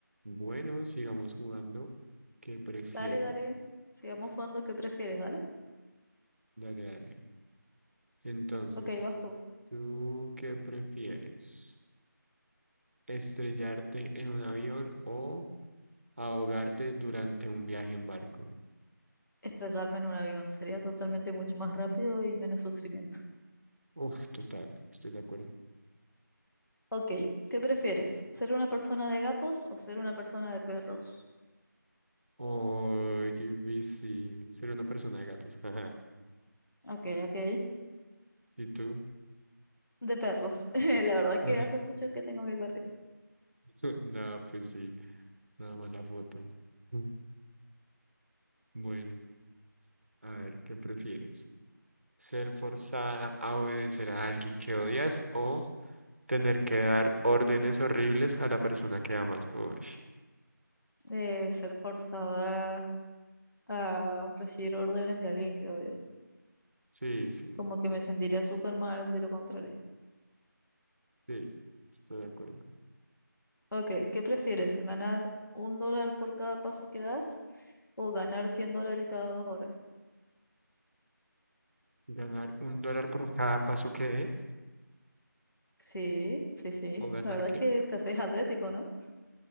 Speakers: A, on the right; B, on the left.
A: Bueno, sigamos jugando. ¿Qué prefiere?
B: Dale, dale. Sigamos jugando. ¿Qué prefieres? Dale.
A: Dale, dale. Entonces,
B: Ok, vas tú.
A: ¿tú qué prefieres? ¿Estrellarte en un avión o ahogarte durante un viaje en barco?
B: Estrellarme en un avión sería totalmente mucho más rápido y menos sufrimiento.
A: Uf, total, estoy de acuerdo.
B: Ok, ¿qué prefieres? ¿Ser una persona de gatos o ser una persona de perros?
A: Oh, qué difícil. Ser una persona de gatos. <laughs>
B: Ok, ok.
A: ¿Y tú?
B: De perros. <laughs> La verdad
A: Ajá.
B: que hace mucho que tengo mi perrito.
A: <laughs> No, pues sí, nada más la foto. Mm. Bueno, a ver, ¿qué prefieres? ¿Ser forzada a obedecer a alguien que odias o Tener que dar órdenes horribles a la persona que amas. Uy,
B: Eh, ser forzada a recibir órdenes de alguien que odio.
A: sí, sí,
B: Como que me sentiría súper mal de lo contrario.
A: sí, estoy de acuerdo.
B: Ok, ¿qué prefieres? ¿Ganar un dólar por cada paso que das o ganar 100 dólares cada dos horas?
A: Ganar un dólar por cada paso que dé.
B: Sí, sí, sí.
A: ¿O ganar
B: La verdad
A: qué?
B: es que te haces atlético, ¿no?